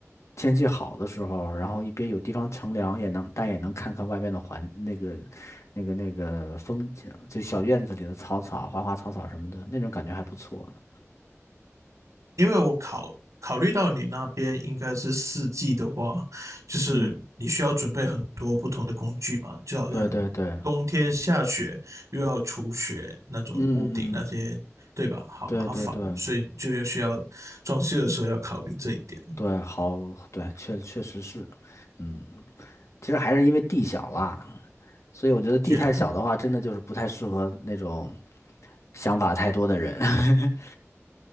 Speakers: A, on the left; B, on the right.
A: 天气好的时候，然后一边有地方乘凉，也能但也能看看外面的环那个那个那个风景，就小院子里的草草、花花草草什么的，那种感觉还不错呢。
B: 因为我考考虑到你那边应该是四季的话，就是你需要准备很多不同的工具嘛，
A: 嗯，
B: 就好像冬天下雪又要除雪那种屋顶那些，
A: 对对对，嗯嗯，
B: 对吧？好麻烦，
A: 对对对
B: 所以就要需要装修的时候要考虑这一点。
A: 对，好，对，确确实是，嗯，其实还是因为地小啦，所以我觉得地太小的话，
B: Yeah，
A: 真的就是不太适合那种想法太多的人。<laughs>